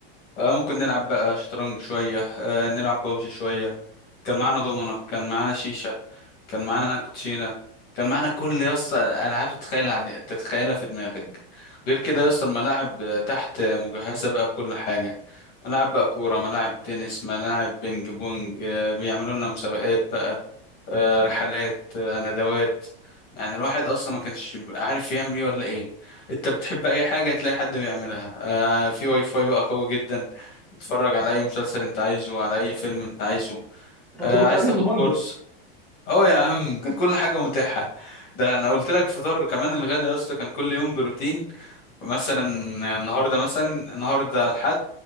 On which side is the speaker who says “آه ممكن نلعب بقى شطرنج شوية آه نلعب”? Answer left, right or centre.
Left